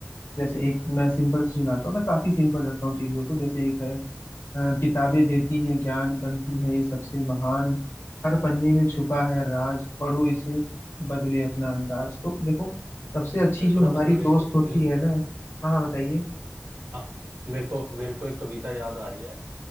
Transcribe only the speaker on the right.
मेरे
को ना
मतलब एक,
एक
हाँ, मेरे को मेरे को एक कविता याद आ रही है